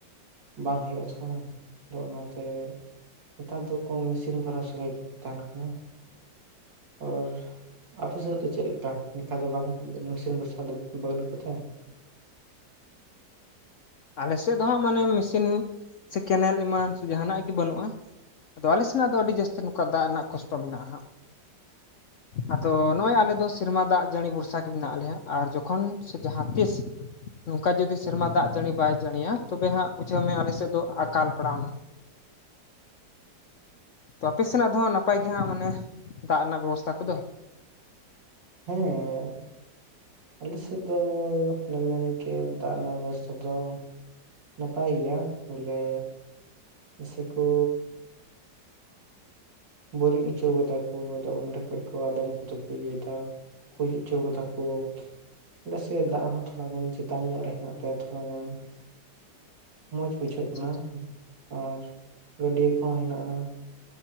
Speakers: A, on the right; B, on the left.
A: ᱵᱟᱝ ᱦᱩᱭᱩᱜ-ᱟ ᱛᱷᱚ <unintelligible> ᱟᱫᱚ ᱚᱱᱟᱛᱮ ᱱᱮᱛᱟᱨ ᱫᱚᱠᱚ ᱢᱮᱥᱤᱱ ᱵᱷᱚᱨᱟ ᱥᱟᱹᱜᱟᱹᱭ ᱠᱚ ᱛᱟᱦᱮᱱ ᱠᱟᱱᱟ᱾ ᱟᱨ ᱟᱯᱮ ᱥᱮᱫ ᱫᱚ ᱪᱮᱫ ᱞᱮᱠᱟ? ᱱᱚᱱᱠᱟ ᱫᱚ <unintelligible> ᱫᱚ ᱵᱟᱹᱱᱩᱜ ᱠᱚ ᱛᱮ
B: ᱟᱞᱮ ᱥᱮᱫ ᱫᱚ ᱦᱟᱸᱜ ᱢᱟᱱᱮ ᱢᱮᱥᱤᱱ ᱥᱮ ᱠᱮᱱᱮᱞ ᱮᱢᱟᱱ ᱥᱮ ᱡᱟᱦᱟᱱᱟᱜ ᱜᱮ ᱵᱟᱹᱱᱩᱜᱼᱟ᱾ ᱟᱫᱚ ᱟᱞᱮ ᱥᱮᱱᱟᱜ ᱫᱚ ᱟᱹᱰᱤ ᱡᱟᱹᱥᱛᱤ ᱱᱚᱝᱠᱟ ᱫᱟᱜ ᱨᱮᱱᱟᱜ ᱠᱚᱥᱴᱚ ᱢᱮᱱᱟᱜᱼᱟ ᱦᱟᱸᱜ ᱟᱫᱚ ᱱᱚᱜᱼᱚᱭ ᱟᱞᱮ ᱫᱚ ᱥᱮᱨᱢᱟ ᱫᱟᱜ ᱡᱟᱹᱲᱤ ᱵᱷᱚᱨᱥᱟ ᱜᱮ ᱢᱮᱱᱟᱜ ᱞᱮᱭᱟ ᱟᱨ ᱡᱚᱠᱷᱚᱱ ᱥᱮ ᱡᱟᱦᱟᱸ ᱛᱤᱥ ᱱᱚᱝᱠᱟ ᱡᱩᱫᱤ ᱥᱮᱨᱢᱟ ᱫᱟᱜ ᱡᱟᱹᱲᱤ ᱵᱟᱭ ᱡᱟᱹᱲᱤᱭᱟ ᱛᱚᱵᱮ ᱦᱟᱸᱜ ᱵᱩᱡᱷᱟᱹᱣ ᱢᱮ ᱟᱞᱮ ᱥᱮᱫ ᱫᱚ ᱟᱠᱟᱞ ᱯᱟᱲᱟᱣᱱᱟ। ᱛᱚ ᱟᱯᱮ ᱥᱮᱱᱟᱜ ᱫᱚ ᱦᱟᱸᱜ ᱱᱟᱯᱟᱭ ᱜᱮ ᱦᱟᱸᱜ ᱢᱟᱱᱮ ᱫᱟᱜ ᱨᱮᱱᱟᱜ ᱵᱮᱵᱚᱥᱛᱷᱟ ᱠᱚᱫᱚ
A: ᱦᱮᱸ ᱟᱞᱮ ᱥᱮᱫ ᱫᱚ ᱮ ᱢᱮᱱ ᱠᱮᱫ ᱫᱟᱜ ᱨᱮᱱᱟᱜ ᱵᱮᱵᱚᱥᱛᱷᱟ ᱫᱚ ᱱᱟᱯᱟᱭ ᱜᱮᱭᱟ ᱵᱚᱞᱮ ᱥᱮ ᱠᱚ ᱵᱳᱨᱤᱝ ᱦᱚᱪᱚ ᱠᱟᱫᱟ ᱠᱚ ᱟᱫᱚ ᱚᱸᱰᱮ ᱠᱷᱡ ᱠᱚ ᱟᱫᱚᱢ ᱠᱚᱫᱚ ᱠᱚ ᱤᱭᱟᱹᱭ ᱫᱟ ᱠᱩᱸᱭ <unintelligible> ᱦᱚᱪᱚ ᱠᱟᱫᱟ ᱠᱚ ᱟᱞᱮ ᱥᱮᱫ ᱫᱟᱜ ᱦᱚᱸ ᱛᱷᱚᱲᱟ ᱜᱟᱱ ᱪᱮᱛᱟᱱ ᱧᱚᱜ ᱨᱮ ᱦᱮᱱᱟᱜ ᱛᱟᱭᱟ ᱛᱷᱚᱲᱟ ᱜᱟᱱ ᱢᱚᱡᱽ ᱵᱩᱡᱷᱟᱹᱜ
B: ᱟᱪᱪᱷᱟ
A: ᱠᱟᱱᱟ
B: ᱟᱪᱪᱷᱟ
A: ᱟᱨ ᱜᱟᱹᱰᱭᱟᱹ ᱠᱚᱦᱚᱸ ᱦᱮᱱᱟᱜᱼᱟ᱾